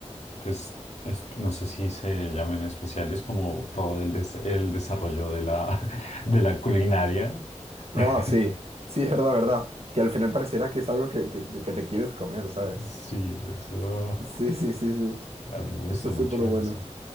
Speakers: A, on the left; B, on the right.
A: pues es- no sé si se llaman especiales, como todo el, des- el desarrollo de la, <laughs> de la culinaria.
B: Ah,
A: <laughs>
B: sí, sí, es verdad, verdad. Que al final pareciera que es algo que, que, que te quieres comer, ¿sabes?
A: Sí, eso,
B: Sí, sí, sí, sí.
A: a mí me gusta
B: Está
A: mucho
B: súper bueno.
A: eso.